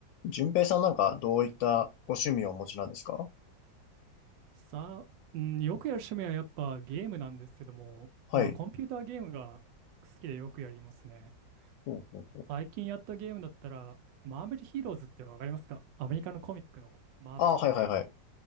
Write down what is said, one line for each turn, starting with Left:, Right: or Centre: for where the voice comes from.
Left: 順平さんなんかどういったご趣味をお持ちなんですか
Right: さあ、うん、よくやる趣味はやっぱゲームなんですけども、
Left: はい。
Right: まあコンピューターゲームが好きでよくやりますね。
Left: ほうほうほう。
Right: 最近やったゲームだったら、マーベルヒーローズってわかりますかアメリカのコミックのマーベルっていう、
Left: あ、はいはいはい。